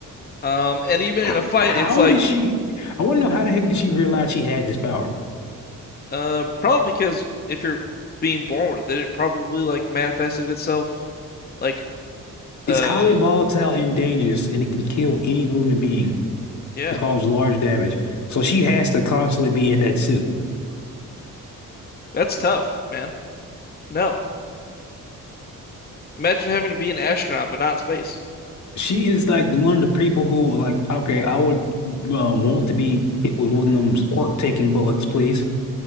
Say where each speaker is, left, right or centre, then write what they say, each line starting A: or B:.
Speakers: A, on the left; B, on the left.
A: Um, and even
B: How,
A: in a fight,
B: how
A: it's like,
B: did she? I want to know how the heck did she realize she had this power?
A: uh, probably because if you're being born with it, it probably like manifested itself. Like, uh,
B: It's highly volatile and dangerous, and it can kill any human being
A: yeah,
B: and cause large damage. So she has to constantly be in that suit.
A: that's tough, man. No, imagine having to be an astronaut but not in space.
B: She is like one of the people who are like, okay, I would um, want to be hit with one of them quirk-taking bullets, please.